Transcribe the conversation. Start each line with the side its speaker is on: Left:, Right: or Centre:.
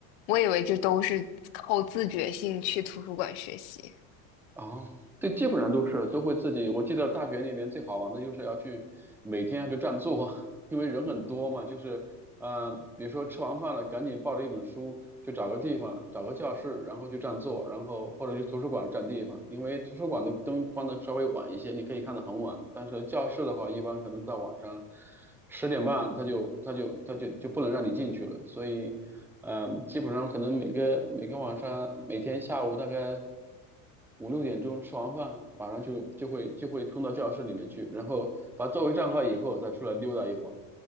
Left: 我以为这都是靠自觉性去图书馆学习。
Centre: 哦，对，基本上都是都会自己。我记得大学里面最好玩的就是要去每天要去占座，<laughs> 因为人很多嘛，就是呃，比如说吃完饭了，赶紧抱着一本书。就找个地方，找个教室，然后去占座，然后或者去图书馆占地方，因为图书馆的灯关的稍微晚一些，你可以看的很晚。但是教室的话，一般可能到晚上十点半，他就他就他就就不能让你进去了。所以，呃，基本上可能每个每个晚上，每天下午大概五六点钟吃完饭，晚上就就会就会冲到教室里面去，然后把座位占好以后再出来溜达一会儿。